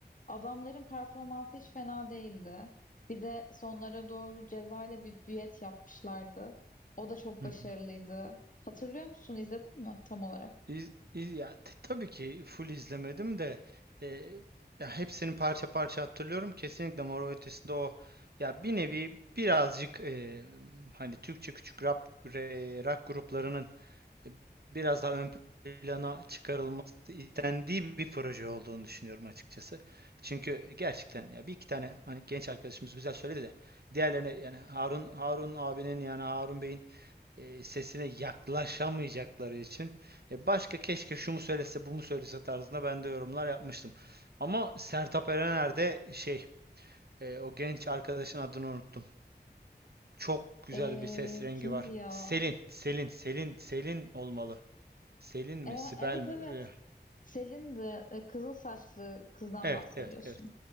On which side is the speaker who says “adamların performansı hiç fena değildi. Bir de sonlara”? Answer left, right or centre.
Left